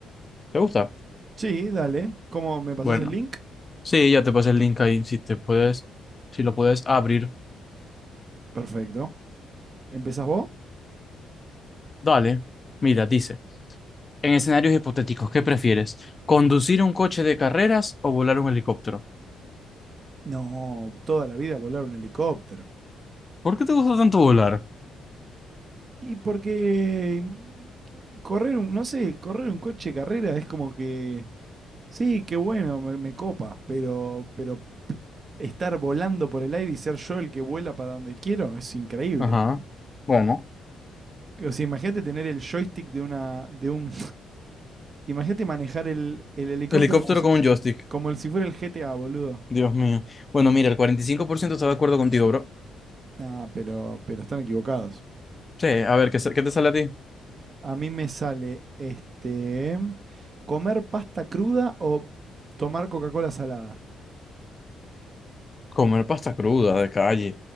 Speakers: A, on the left; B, on the right.
A: ¿Te gusta?
B: Sí, dale. ¿Cómo me pasás
A: Bueno,
B: el link?
A: sí, ya te pasé el link ahí, si te puedes, si lo puedes abrir.
B: Perfecto. ¿Empezás vos?
A: Dale, mira, dice, en escenarios hipotéticos, ¿qué prefieres? ¿Conducir un coche de carreras o volar un helicóptero?
B: No, toda la vida volar un helicóptero.
A: ¿Por qué te gusta tanto volar?
B: Y porque mm, correr un, no sé, correr un coche de carrera es como que, sí, qué bueno, me, me copa, pero, pero estar volando por el aire y ser yo el que vuela para donde quiero es increíble.
A: Ajá, bueno.
B: O sea, imagínate tener el joystick de una, de un, Imagínate manejar el, el helicóptero
A: Helicóptero
B: como si,
A: con un joystick.
B: como el, si fuera el GTA, boludo.
A: Dios mío. Bueno, mira, el 45% está de acuerdo contigo, bro.
B: No, pero, pero están equivocados.
A: Sí, a ver, ¿qué, sa- qué te sale a ti?
B: A mí me sale este comer pasta cruda o tomar Coca-Cola salada.
A: Comer pasta cruda de calle.